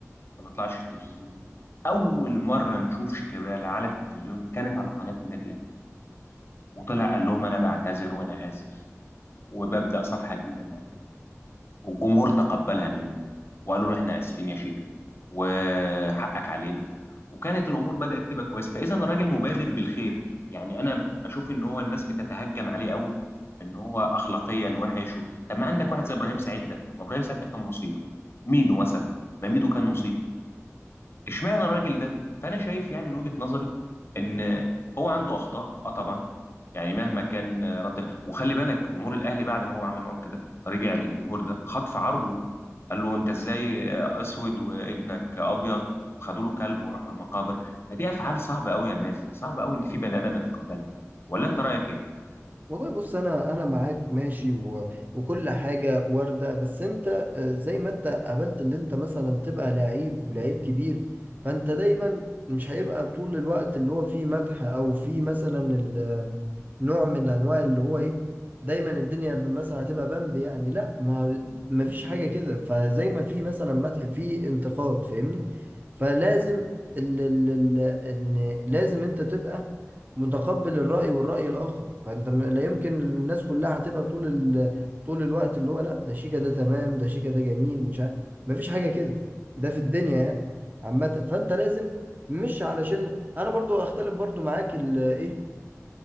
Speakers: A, on the left (about 50°); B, on the right (about 35°).
A: ما بيطلعش في التلفزيون اول مره نشوف شيكابالا على التلفزيون كانت على قناه النادي الاهلي وطلع قال لهم انا بعتذر وانا اسف وببدا صفحه جديده معاكم والجمهور تقبلها منه وقالوا له احنا اسفين يا شيكا وحقك علينا وكانت الامور بدات تبقى كويس فاذا الراجل مبادر بالخير يعني انا بشوف ان هو الناس بتتهجم عليه قوي ان هو اخلاقيا وحش و... طب ما عندك واحد زي ابراهيم سعيد ده ما ابراهيم سعيد ده كان مصيبه ميدو مثلا ما ميدو كان مصيبه اشمعنى الراجل ده فانا شايف يعني من وجهه نظري ان هو عنده اخطاء اه طبعا يعني مهما كان رد وخلي بالك جمهور الاهلي بعد ما هو عمل معاهم كده رجع الجمهور ده خطف عرضه قال له انت ازاي اسود وابنك ابيض وخدوا له كلب وراحوا المقابر فدي افعال صعبه قوي يا مازن صعب قوي ان في بني ادم يتقبلها ولا انت رايك ايه
B: والله بص انا انا معاك ماشي و... وكل حاجه وارده بس انت آه، زي ما انت قابلت اللي انت مثلا تبقى لعيب ولعيب كبير فانت دايما مش هيبقى طول الوقت اللي هو فيه مدح او فيه مثلا ال... نوع من انواع اللي هو ايه دايما الدنيا مثلا هتبقى بامب يعني لا ما ما فيش حاجه كده فزي ما في مثلا مدح في انتقاد فاهمني فلازم ال... ال... ال... ان لازم انت تبقى متقبل الرأي والرأي الآخر فأنت م- لا يمكن الناس كلها هتبقى طول ال... طول الوقت اللي هو لا ده شيكا ده تمام ده شيكا ده جميل مش عارف مفيش حاجة كده ده في الدنيا يعني عامة فأنت لازم مش علشان أنا برضو أختلف برضو معاك ال... إيه